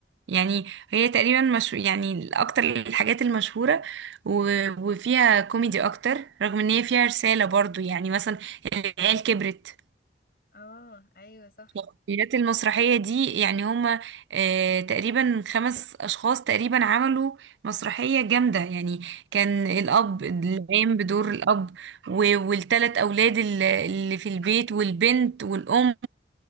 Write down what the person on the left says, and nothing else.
اه ايوه صح